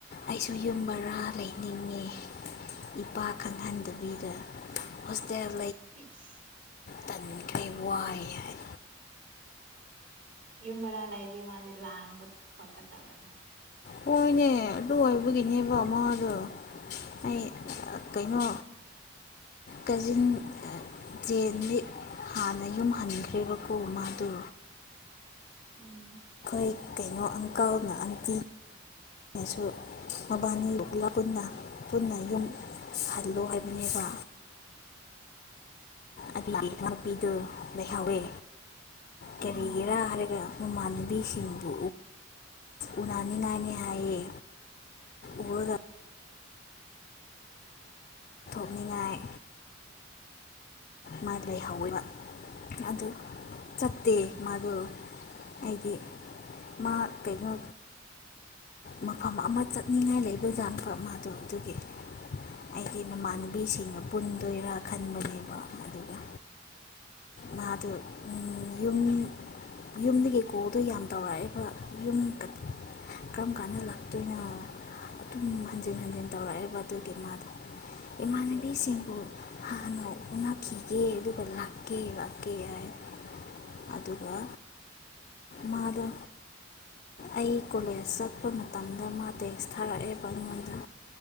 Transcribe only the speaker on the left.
ꯑꯩꯁꯨ ꯌꯨꯝ ꯕꯔꯥ ꯂꯩꯅꯤꯡꯉꯦ ꯏꯄꯥ ꯈꯪꯍꯟꯗꯕꯤꯗ ꯍꯣꯁꯇꯦꯜ
ꯇꯟꯈꯩ ꯋꯥꯏ ꯍꯥꯏ
ꯍꯣꯏꯅꯦ ꯑꯗꯨ ꯑꯣꯏꯕꯒꯤꯅꯦꯕ ꯃꯥꯗꯣ ꯑꯩ ꯀꯩꯅꯣ ꯀꯖꯤꯟ ꯖꯦꯟ ꯍꯥꯟꯅ ꯌꯨꯝ ꯍꯟꯈ꯭ꯔꯦꯕꯀꯣ ꯃꯥꯗꯣ
ꯀ ꯀꯩꯅꯣ ꯑꯪꯀꯜꯅ ꯑꯪꯇꯤ ꯑꯩꯅꯁꯨ ꯃꯕꯥꯅꯤ ꯌꯣꯛꯂ ꯄꯨꯟꯅ ꯄꯨꯟꯅ ꯌꯨꯝ ꯍꯜꯂꯣ ꯍꯥꯏꯕꯅꯦꯕ ꯑꯗꯨꯅꯥꯎꯄꯤꯗꯨ ꯂꯩꯍꯧꯋꯦ ꯀꯔꯤꯒꯔꯔꯒ
ꯃꯃꯥꯟꯅꯕꯤꯁꯤꯡꯕꯨ ꯎꯅꯅꯤꯡꯉꯥꯏꯅꯤ ꯍꯥꯏꯌꯦ ꯎꯔꯒ ꯆꯠꯅꯤꯡꯉꯥꯏ ꯃꯥ ꯂꯩꯍꯧꯋꯦꯕ ꯑꯗꯨ ꯆꯠꯇꯦ ꯃꯥꯗꯣ ꯑꯩꯗꯤ ꯃꯥ ꯀꯩꯅꯣ ꯃꯐꯝ ꯑꯃ ꯆꯠꯅꯤꯡꯉꯥꯏ ꯂꯩꯕꯖꯥ ꯃꯥꯗꯣ ꯑꯗꯨꯒꯤ ꯑꯩꯒꯤ ꯃꯃꯥꯟꯅꯕꯤꯁꯤꯡꯅ ꯄꯨꯟꯗꯣꯏꯔꯥ ꯈꯟꯕꯅꯦꯕ ꯑꯗꯨꯒ ꯃꯥꯗꯣ ꯌꯨꯝ ꯌꯨꯝꯗꯒꯤ ꯀꯣꯗꯣ ꯌꯥꯝ ꯇꯧꯔꯛꯑꯦꯕ ꯌꯨꯝ ꯀꯔꯝ ꯀꯥꯟꯗ ꯂꯥꯛꯇꯣꯏꯅꯣ ꯑꯗꯨꯝ ꯍꯟꯖꯤꯟ ꯍꯟꯖꯤꯟ ꯇꯧꯔꯛꯑꯦꯕ ꯑꯗꯨꯒꯤ ꯃꯥꯗꯣ ꯏꯃꯥꯟꯅꯕꯤꯁꯤꯡꯕꯨ ꯍꯥꯟꯅ ꯎꯅꯈꯤꯒꯦ ꯑꯗꯨꯒ ꯀꯦ ꯂꯥꯛꯀꯦ ꯍꯥꯏ ꯑꯗꯨꯒ ꯃꯥꯗꯣ ꯑꯩ ꯀꯣꯂꯦꯖ ꯆꯠꯄ ꯃꯇꯝꯗ ꯃꯥ ꯇꯦꯛꯁ ꯊꯥꯔꯛꯑꯦꯕ ꯑꯩꯉꯣꯟꯗ